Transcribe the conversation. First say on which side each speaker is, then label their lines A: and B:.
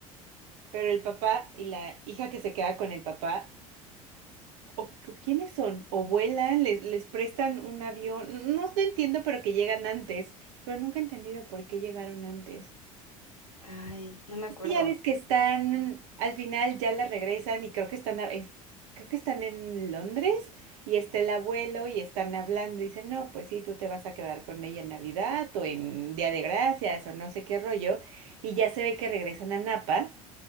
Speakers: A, on the right; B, on the left.
A: pero el papá y la hija que se queda con el papá, o, o ¿quiénes son? ¿O vuelan? ¿Les, les prestan un avión? No, no entiendo, pero que llegan antes, pero nunca he entendido por qué llegaron antes.
B: Ay, no me acuerdo.
A: Es que ya ves que están, al final ya la regresan y creo que están, a- es- creo que están en Londres y está el abuelo y están hablando y dicen, no, pues sí, tú te vas a quedar con ella en Navidad o en Día de Gracias o no sé qué rollo. Y ya se ve que regresan a Napa,